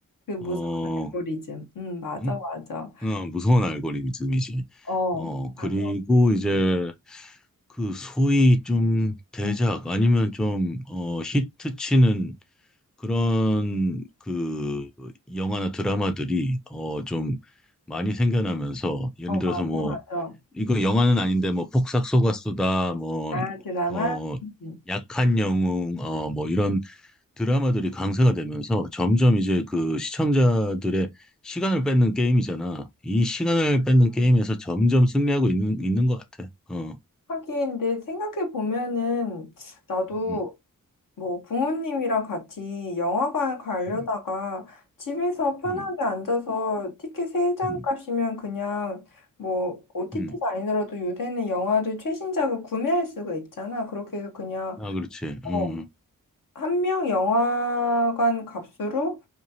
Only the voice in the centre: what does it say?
어,
응?
어, 무서운 알고리즘이지.
어, 그리고
이제 그 소위 좀 대작
아니면 좀 어, 히트 치는 그런 그 영화나 드라마들이 어, 좀 많이 생겨나면서 예를
들어서
뭐
이거 영화는 아닌데 뭐 폭삭 속았수다 뭐
어,
약한 영웅 어, 뭐 이런 드라마들이 강세가 되면서 점점 이제 그 시청자들의 시간을 뺏는 게임이잖아. 이 시간을 뺏는 게임에서 점점 승리하고 있는, 있는 것 같아. 어.
음,
음,
음,
음,
음.
아, 그렇지.
음,